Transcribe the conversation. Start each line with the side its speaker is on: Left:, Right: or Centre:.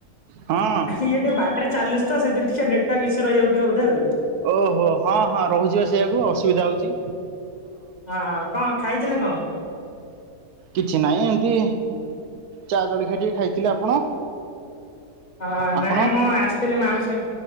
Right: ହଁ
Left: ଏଇ ଟିଏ ବାଟରେ ଚାଲୁ ତ ସେଇ ଯୋଉ ଟିକେ ନେଟୱା ଇସୁ ରହିଯାଉଥିବ ବୋଧେ ଆଉ।
Right: ଓହୋ ହଁ ହଁ ରହୁଚି ବା ସେଇଆକୁ ଅସୁବିଧା ହଉଚି।
Left: ହଁ ହଁ କଁ ଖାଇଥିଲେ କଣ?
Right: କିଛି ନାହିଁ ଏମତି ଚା ଜଳିଖିଆ ଟିକେ ଖାଇଥିଲି। ଆପଣ?
Left: ହଁ
Right: ଆପଣ
Left: ନାଇଁ ମୁଁ ଆସିଥିଲି ମାଉଁସ